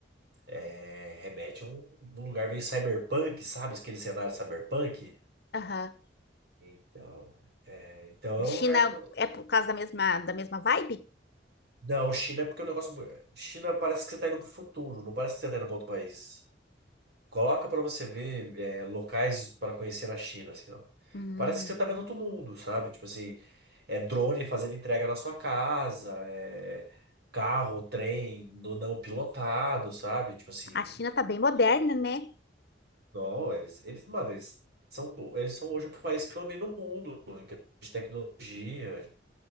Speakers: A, on the right; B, on the left.
A: é, remete a um, um lugar meio cyberpunk, sabe? Aquele cenário cyberpunk.
B: aham.
A: Então, é, então é um lugar
B: China
A: que eu...
B: é por causa da mesma, da mesma vibe?
A: Não, China é porque o negócio... China parece que você tá indo pro futuro, não parece que você tá indo pra outro país. Coloca pra você ver é, locais pra conhecer na China, assim, ó.
B: Hum,
A: Parece que você tá vendo outro mundo, sabe? Tipo assim, é drone fazendo entrega na sua casa, é carro, trem, no, não pilotado, sabe? Tipo assim,
B: a China tá bem moderna, né?
A: não, eles, eles, mano, eles são, bo- eles são hoje o país que domina o mundo em questão de tecnologia.